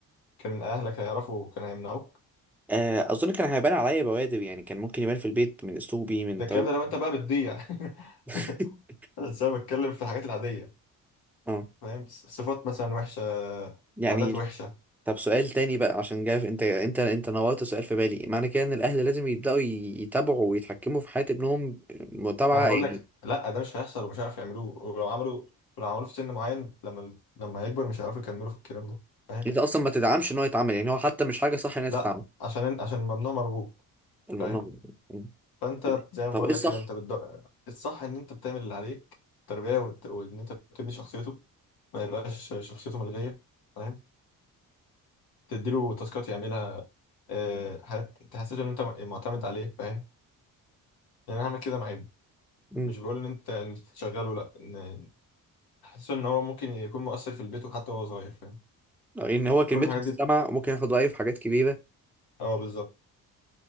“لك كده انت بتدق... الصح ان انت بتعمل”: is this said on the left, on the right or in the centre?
Left